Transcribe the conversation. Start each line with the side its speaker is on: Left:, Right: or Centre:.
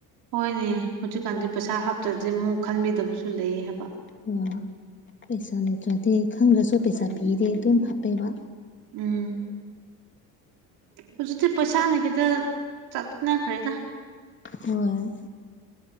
Right: ꯍꯣꯏꯅꯦ ꯍꯧꯖꯤꯛꯀꯥꯟꯗꯤ ꯄꯩꯁꯥ ꯍꯥꯞꯇ꯭ꯔꯗꯤ ꯑꯃꯨꯛ ꯈꯟꯕꯤꯗꯕꯁꯨ ꯂꯩ ꯍꯥꯏꯕ
Left: ꯑꯣ ꯄꯩꯁꯥ ꯂꯩꯇ꯭ꯔꯗꯤ ꯈꯪꯗ꯭ꯔꯁꯨ ꯄꯩꯁꯥ
Right: ꯎꯝ
Left: ꯄꯤꯔꯦ ꯑꯗꯨꯝ ꯍꯥꯞꯄꯦꯕ
Right: ꯎꯝ ꯍꯧꯖꯤꯛꯇꯤ ꯄꯩꯁꯥꯅ ꯈꯤꯇ ꯆꯠꯅꯈ꯭ꯔꯦꯗ
Left: ꯍꯣꯏ